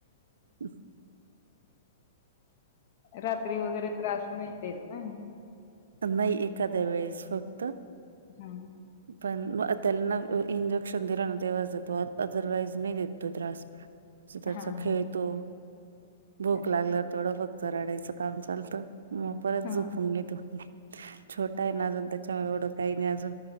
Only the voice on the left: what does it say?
रात्री वगैरे त्रास नाही देत ना.
हां.
<inaudible>
हां.
अच्छा.
हां,